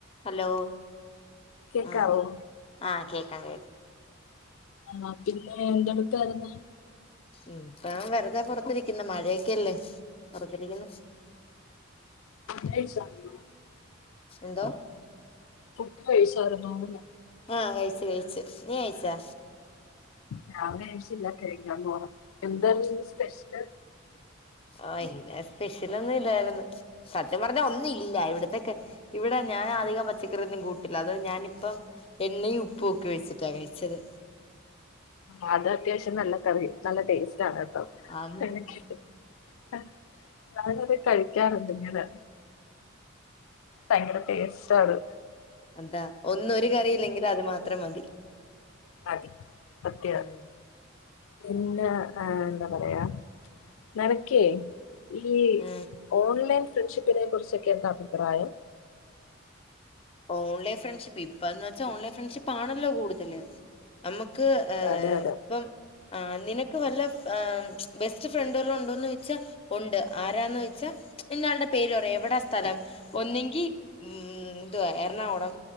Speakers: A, on the left; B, on the left.
A: Hello
B: കേക്കാവോ
A: ആ ആ കേ കേക്കാം
B: ആ പിന്നെ എന്തണ് <unintelligible>
A: ഇപ്പ വെറുതെ പൊറത്തിരിക്കുന്ന് മഴയെക്കെയല്ലേ പുറത്തിരിക്കുന്ന്
B: കഴിച്ചരുന്നോ
A: എന്തോ
B: ഫു ട് കയിച്ചാർന്നോന്ന്?
A: ആ കയിച്ച് കയിച്ച് നീ കയിച്ചാ?
B: ഞാൻ കഴിച്ചില്ല കഴിക്കാൻ പോണം എന്താർന്ന് ഇന്ന് സ്പെഷ്യല്
A: ആ ഇന്നെ സ്പെഷ്യലൊന്നും ഇല്ലാര്ന്നു സത്യം പറഞ്ഞ ഒന്നും ഇല്ല ഇവിടത്ത ഇവിടെ ഞാൻ അധികം പച്ചക്കറിയൊന്നും കൂട്ടില്ല അതോണ്ട് ഞാനിപ്പം എണ്ണയും ഉപ്പും ഒക്കെ വെച്ചിട്ടാ കഴിച്ചത്
B: ആ അത് അത്യാവശ്യം നല്ല കറിയാ നല്ല ടേസ്റ്റ് ആണ് കേട്ടോ
A: ആന്ന്
B: എനിക്ക് <unintelligible> കഴിക്കാറുണ്ടിങ്ങനെ ഭയങ്കര ടേസ്റ്റാത്
A: എന്താ ഒന്ന് ഒര് കറിയില്ലെങ്കിലത് മാ ത്ര മതി
B: മതി പ്രത്യേക
A: ഉം
B: പിന്നെ ഏ എന്താ പറയാ നെനക്കേ ഈ
A: ഉം
B: ഓൺലൈൻ ഫ്രണ്ട്ഷിപ്പ് പ്പ്നെ കുറിച്ചൊക്കെ എന്താ അഭിപ്രായം
A: ഓൺലൈൻ ഫ്രണ്ട്ഷിപ്പ് ഇപ്പന്ന് വച്ചാ ഓൺലൈൻ ഫ്രണ്ട്ഷിപ്പാണല്ലോ കൂട്തല് അമ്മക്ക് ഏ
B: അതെ അതെ
A: ഇപ്പം ആ നിനക്ക് വല്ല ആ ബെസ്റ്റ് ഫ്രണ്ടോന്നു ഉണ്ടോന്നോയിച്ചാ ഒണ്ട് ആരാന്നൊയിച്ചാ ഇന്നയാളുടെ പേര് പറയാ എവി ടെ സ്ഥലം ഒന്നിങ്കി ഉം എന്തുവാ എറണാകുളം